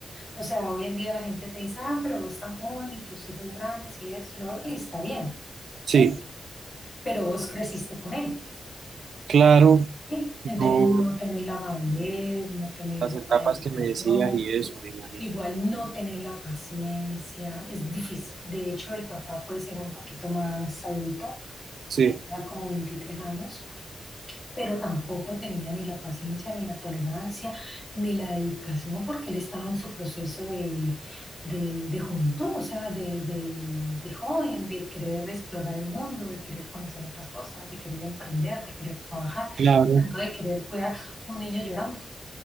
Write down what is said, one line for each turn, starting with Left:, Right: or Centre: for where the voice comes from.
Left: O sea, hoy en día la gente te dice, ah, pero vos tan joven y tus hijos grandes y esto y lo otro, y está bien,
Right: sí,
Left: ¿sí? Pero vos creciste con él,
Right: claro,
Left: ¿sí? Entonces
Right: no,
Left: no tenés la madurez, no tenés
Right: las etapas
Left: la dedicación,
Right: que me decías y eso, me imagino.
Left: igual no tenés la paciencia, es difícil. De hecho, el papá puede ser un poquito más adulto,
Right: Sí,
Left: tenía como 23 años, pero tampoco tenía ni la paciencia, ni la tolerancia, ni la dedicación, porque él estaba en su proceso de, de, de juventud, o sea, de, de, de joven, de querer explorar el mundo, de querer conocer otras cosas, de querer emprender, de querer trabajar,
Right: claro,
Left: no de querer cuidar un niño llorando.